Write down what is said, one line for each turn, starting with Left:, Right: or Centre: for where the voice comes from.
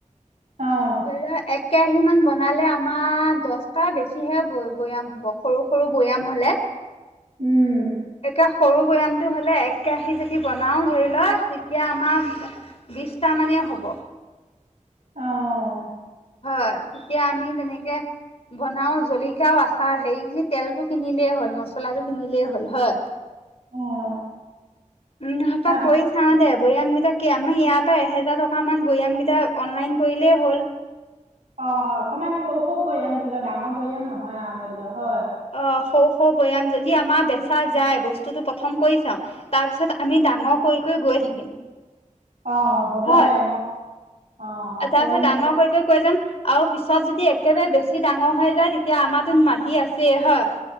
Right: অ'
Left: ধৰি লওক এক কেৰাহী মমান বনালে আমাৰ দহটা বেছিহে ব বৈয়াম হ'ব সৰু সৰু বৈয়াম হলে
Right: উম
Left: একে সৰু বৈয়ামটো হ'লে এক কেৰাহি যেতিদি বনাও ধৰি লও তেতিয়া আমাৰ বিচটা মানেই হ'ব।
Right: অ',
Left: হয় তেতিয়া আমি তেনেকে বনাও জলিককাও আচাৰ হেৰি খিনি তেলতটো কিনিলেই হ'ল মছলাটো কিনিলেই হ'ল হয়।
Right: অ',
Left: <unintelligible>
Right: তাৰপিছত
Left: চা দে বৈয়াম কেইটা কি আমাৰ ইয়াৰ পৰা এহেজাৰ টকা মান বৈয়ামকেইটা অনলাইন কৰিলেই হ'ল।
Right: অ', অকমান সৌ সৌ বৈয়ান ধৰি লোৱা ডাঙৰ বৈয়ান নহয় আৰু ধৰি লও হয়।
Left: অ', সৌ সৌ বৈয়াম যদি আমাৰ বেচা যায় বস্তুটো প্ৰথম কৰি চাও তাৰ পিছত আমি ডাঙৰ কৰি কৰি গৈ থাকিম।
Right: অ', হ'ব
Left: হয়
Right: দে মই অ',
Left: আচ্ছা
Right: কৰিম
Left: আচ্ছা ডাঙৰ কৰি কৈ কৈ যাম। আৰু পিছত যদি একেবাৰে বেছি ডাঙৰ হৈ যায় তেতিয়া আমাৰো মাটি আছে হয়।